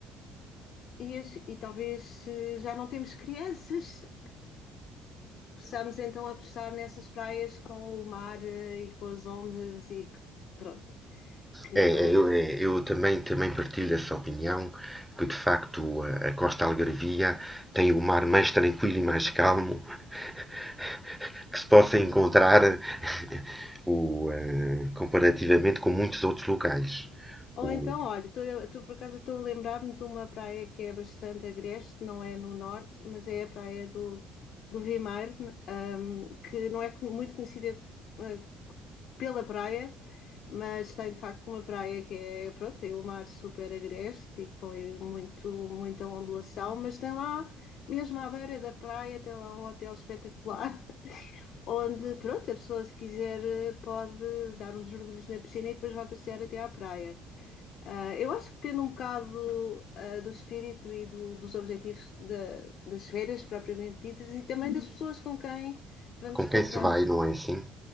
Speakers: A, on the left (about 55°); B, in the centre.
A: E, e talvez se já não temos crianças, possamos então apostar nessas praias com o mar eh, e com as ondas e que- pronto, que
B: É, é,
A: é
B: eu, é, eu também, também partilho essa opinião, que de facto a, a Costa Algarvia tem o mar mais tranquilo e mais calmo <laughs> que se possa encontrar <laughs> o, eh, comparativamente com muitos outros locais.
A: Ou
B: O-
A: então, olha, estou estou por acaso estou a lembrar-me de uma praia que é bastante agreste, não é no norte, mas é a praia do, do Vimeiro, n- que não é muito conhecida eh, pela praia, mas tem de facto uma praia que é, pronto, tem o mar super agreste e com muito, muita ondulação, mas tem lá, mesmo à beira da praia, tem lá um hotel espetacular, <laughs> onde, pronto, a pessoa se quiser eh, pode dar uns mergulhos na piscina e depois vai passear até à praia. Ah, eu acho que depende um bocado, ah, do espírito e do- dos objetivos da- das férias propriamente ditas e também das pessoas com quem vamos
B: com
A: partilhar.
B: quem se vai, não é assim?